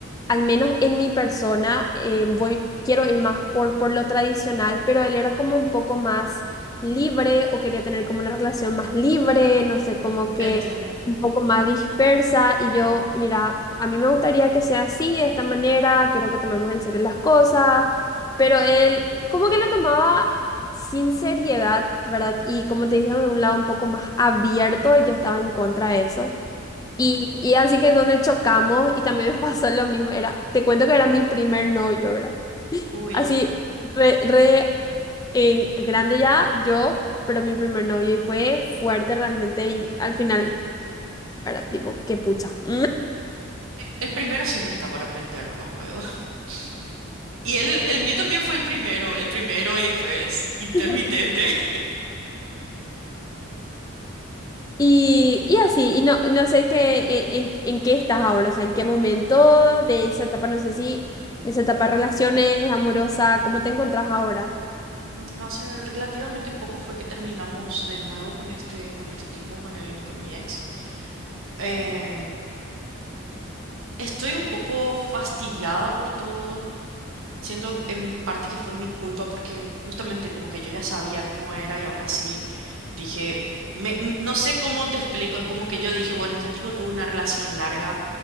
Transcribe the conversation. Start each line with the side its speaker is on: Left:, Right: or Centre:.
Left: al menos en mi persona, eh, voy, quiero ir más por, por lo tradicional, pero él era como un poco más libre o quería tener como una relación más libre, no sé,
Right: Mm,
Left: como que
Right: Entiendo.
Left: un poco más dispersa y yo, mira, a mí me gustaría que sea así, de esta manera, quiero que tomemos en serio las cosas, pero él como que lo tomaba... sin seriedad, ¿verdad? Y como te dije, de un lado un poco más abierto y yo estaba en contra de eso. Y, y así que donde chocamos y también me <laughs> pasó lo mismo, era, te cuento que era mi primer novio, ¿verdad?
Right: Uy,
Left: Así, re, re, eh, grande ya, yo, pero mi primer novio y fue fuerte realmente y al final, era tipo, qué pucha. <laughs>
Right: el primero siempre está para aprender nomás luego. <laughs> Y el, el mío también fue el primero, el primero y después intermitente.
Left: Ujú.
Right: <laughs>
Left: Y, y así, y no, no sé qué, eh, en, en qué estás ahora, o sea, en qué momento de esa etapa, no sé si, de esa etapa de relaciones, amorosa, ¿cómo te encontrás ahora?
Right: Mm, Hace relativamente poco fue que terminamos de nuevo con este, con este tipo, con el, con mi ex. Eh, estoy un poco fastidiada por todo. Siento en parte que fue mi culpa porque justamente como que yo ya sabía cómo era y aún así dije, me- m- no sé cómo te explico, es como que yo dije, bueno, este tipo tuvo una relación larga,